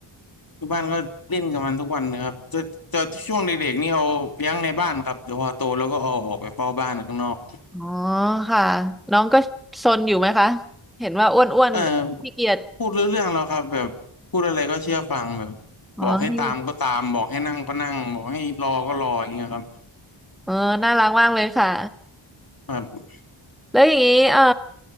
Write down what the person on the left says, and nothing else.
อยู่บ้านก็เล่นกับมันทุกวันนะครับจะจะช่วงเด็กๆนี่เอาเลี้ยงในบ้านครับแต่พอโตแล้วก็เอาออกไปเฝ้าบ้านข้างนอก
เออ
พูดรู้เรื่องแล้วครับแบบพูดอะไรก็เชื่อฟังแบบ
บอกให้ตามก็ตามบอกให้นั่งก็นั่งบอกให้รอก็รออย่างเงี้ยครับ
แบบ